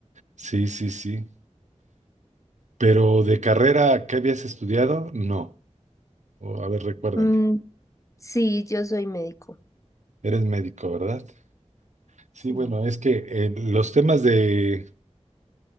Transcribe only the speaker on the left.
Mm, sí, yo soy médico.
Sí.